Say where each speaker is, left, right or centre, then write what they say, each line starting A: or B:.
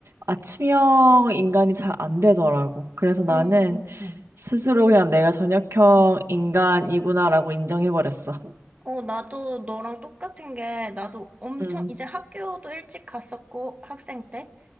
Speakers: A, on the right; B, on the right.
A: 아침형 인간이 잘 안 되더라고. 그래서 나는
B: 음, 음.
A: 스스로 그냥 내가 저녁형 인간이구나라고 인정해버렸어.
B: 어, 나도 너랑 똑같은 게, 나도 엄청,
A: 음,
B: 이제 학교도 일찍 갔었고, 학생 때.